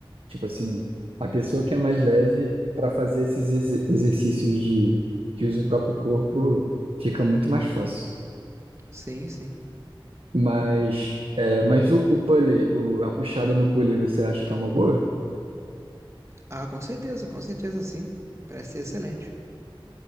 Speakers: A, on the right (about 85°); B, on the right (about 30°).
A: Tipo assim, a pessoa que é mais leve pra fazer esses exer- exercícios de que usa o próprio corpo fica muito mais fácil.
B: Sim, sim.
A: Mas, é, mas o, o pulley, o- a puxada no pulley, você acha que é uma boa?
B: Ah, com certeza, com certeza, sim. Parece ser excelente.